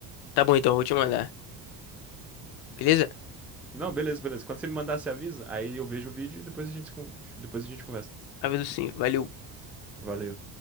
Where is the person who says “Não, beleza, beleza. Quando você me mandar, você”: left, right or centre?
Centre